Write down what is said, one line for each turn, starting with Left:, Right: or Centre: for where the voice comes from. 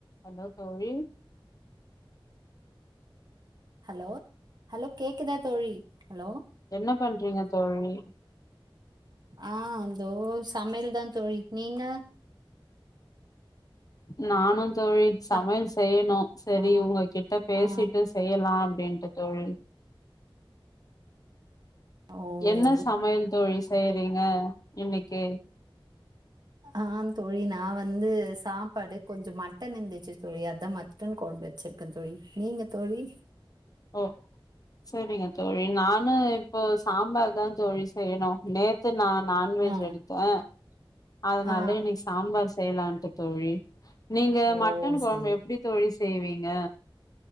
Left: ஹலோ தோழி
Right: ஹலோ ஹலோ கேக்குதா தோழி ஹலோ
Left: என்ன பண்றீங்க தோழி
Right: ஆ அந்தோ சமையல் தா தோழி நீங்க
Left: நானும் தோழி சமையல்
Right: சா
Left: செய்யணு சேரி
Right: ஆ
Left: உங்ககிட்ட பேசிட்டு
Right: ஆ
Left: செய்யலா ஏன்ட்ட தோழி
Right: ஓ
Left: என்ன
Right: சரி
Left: சமையல் தோழி செய்றீங்க இன்னைக்கு
Right: ஆ தோழி நா வந்து சாப்பாடு கொஞ்சோ மட்டன் இருந்துச்சு தோழி அதா மட்டன் கொழம்பு வச்சிருக்கே தோழி நீங்க தோழி
Left: ஓ சரிங்க தோழி நானு இப்போ சாம்பார் தா தோழி செய்யணு நேத்து நா நான்வெஜ்
Right: ஆ
Left: எடுத்தே அதனால
Right: ஆ
Left: இன்னைக்கு சாம்பார் செய்யலாண்டு தோழி நீங்க
Right: ஓ
Left: மட்டன் கொழம்பு
Right: சரி
Left: எப்டி தோழி செய்வீங்க